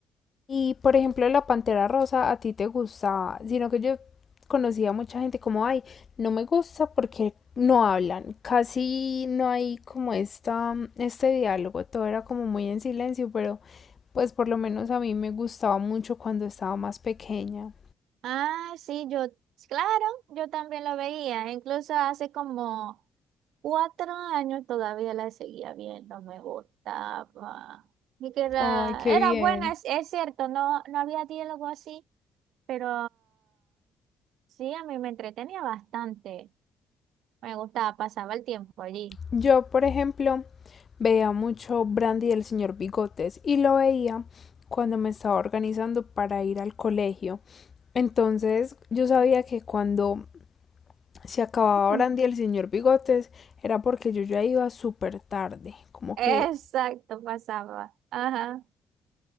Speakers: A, on the left; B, on the right.
A: Y por ejemplo, la Pantera Rosa a ti te gustaba, sino que yo conocía a mucha gente como, ay, no me gusta porque no hablan, casi no hay como esta, este diálogo, todo era como muy en silencio, pero pues por lo menos a mí me gustaba mucho cuando estaba más pequeña.
B: Ah, sí, yo, claro, yo también lo veía, incluso hace como Cuatro años todavía la seguía viendo, me gustaba. Y que era,
A: Ay, qué bien.
B: era buena, es, es cierto, no, no había diálogo así, pero sí, a mí me entretenía bastante. Me gustaba, pasaba el tiempo allí.
A: Yo, por ejemplo, veía mucho Brandy del señor Bigotes y lo veía cuando me estaba organizando para ir al colegio. Entonces yo sabía que cuando se acababa
B: <laughs>
A: Brandy el señor Bigotes era porque yo ya iba súper tarde, como
B: Exacto,
A: que...
B: pasaba. Ajá.